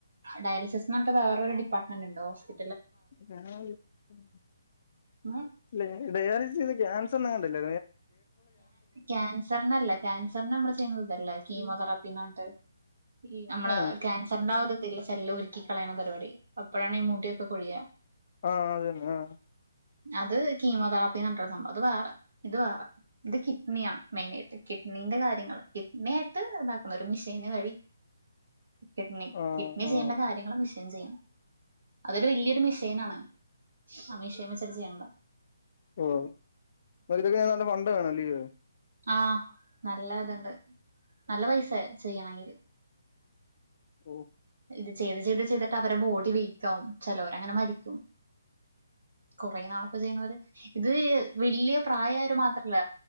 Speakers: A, on the right; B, on the left.
A: ഡയാലിസിസ് എന്ന് പറഞ്ഞിട്ട് വേറൊരു ഡിപ്പാർട്ട്മന്റ്ണ്ടോസ് പി
B: <unintelligible>
A: ഉം
B: ഇല്ല ഡയാലിസിന്ന് ക്യാൻസ്ന്ന് കണ്ടില്ല
A: ക്യാൻസറിനല്ല ക്യാൻസറിന് നമ്മള് ചെയ്യുന്നത് ഇതല്ലേ കീമോതെറാപ്പിന്നറന്നിട്ട് ഈ നമ്മള്ക്യാൻസറിന്റെ
B: ആ
A: ആ ഒരു സെല്ല് ഉരുക്കി കളയണ പരിപാടി അപ്പോഴാണ് ഈ മുടിയൊക്കെ കൊഴി യാ
B: ആഹ് അതന്നെ ആ
A: അത് കീമോതെറാപ്പിന്ന് പറഞ്ഞിട്ടൊരു സംഭവം അത് വേറെ ഇത് വേറെ ഇത് കിഡ്നിയാണ് മെയിനായിട്ട് കിഡ്നിന്റെ കാര്യങ്ങള് കിഡ്നി യായിട്ട് ഇതാക്കുന്നത് ഒരു മിഷീന് വഴി കിഡ്നി
B: ആ
A: കിഡ്നി
B: ആ
A: ചെയ്യേണ്ട കാര്യങ്ങള്മഷീൻ ചെയ്യണം അതൊരു വലിയൊരു മിഷീനാണ് ആ മിഷയിൻ വെച്ചട്ട് ചെയ്യണത
B: ഓഹ് അതിനൊക്കെ നല്ല ഫണ്ട് വേണം ല്യോ
A: ആഹ് നല്ല ഇത്ണ്ട് നല്ല പൈസെ ചെയ്യണെങ്കില്
B: ഉം
A: ഇത് ചെയ്ത് ചെയ്ത് ചെയ്തിട്ട് അവരെ ബോഡി വീക്ക് ആകും ചെലോര് അങ്ങനെ മരിക്കും കൊറേ നാളൊക്കെ ചെയ്യ്ണോര് ഇത് വല്യ പ്രായോര് മാത്രല്ല